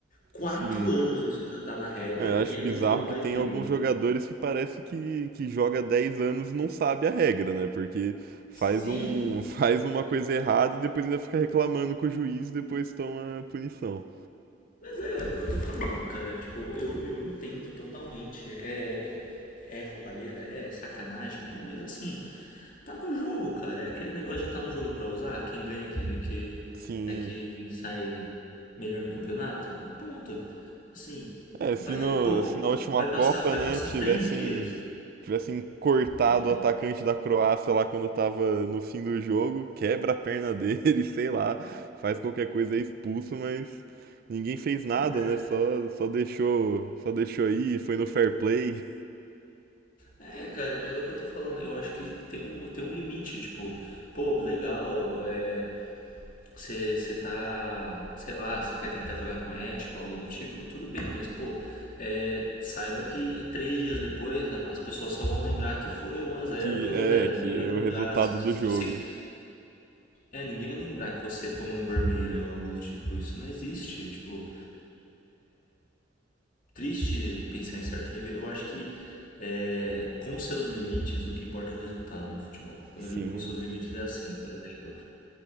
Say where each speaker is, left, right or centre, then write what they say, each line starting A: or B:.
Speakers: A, on the left; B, on the right.
A: quatro
B: sim.
A: anos isso já tá na regra,
B: É, Eu acho
A: e aí
B: bizarro
A: eles vão lá
B: que tem
A: e brigam.
B: alguns jogadores que parece que, que joga 10 anos e não sabe a regra, né? Porque faz
A: Sim,
B: um, <laughs> faz uma coisa errada e depois ainda fica reclamando com o juiz e depois toma punição.
A: mas é o que eu tô falando, cara. Tipo, eu, eu entendo totalmente. É, é roubalheira, é sacanagem, é, mas assim, Tá no jogo, cara. É aquele negócio de estar no jogo é pra usar. Quem ganha é que, que
B: Sim.
A: é quem sai melhor no campeonato. E ponto. Assim,
B: É, se,
A: vai,
B: no,
A: pô,
B: se na última
A: vai
B: Copa,
A: passar, vai
B: né,
A: passar
B: tivessem
A: três dias.
B: tivessem cortado
A: É,
B: o atacante da Croácia lá quando tava no fim do jogo, quebra a perna <laughs> dele, sei lá, faz qualquer coisa, é expulso, mas ninguém fez nada,
A: mas é,
B: né? Só, só deixou, só deixou aí, foi no fair play,
A: É, cara, mas é o que eu tô falando. Eu acho que tem um, tem um limite. Tipo, pô, legal, é, você tá, sei lá, você quer tentar jogar com ética ou algo do tipo, tudo bem, mas pô, é, saiba que três dias depois as pessoas só vão lembrar que foi um
B: <laughs>
A: a zero,
B: que
A: dois
B: é,
A: a zero. Ninguém
B: que é
A: vai lembrar
B: o resultado
A: se, que
B: do
A: se
B: jogo.
A: você. É, ninguém vai lembrar que você tomou um vermelho ou algo do tipo. Isso não existe. Tipo, triste pensar em certo nível. Eu acho que é, com seus limites, o que importa é o resultado no futebol. Quando
B: Sim.
A: eu digo com seus limites, é assim, por exemplo.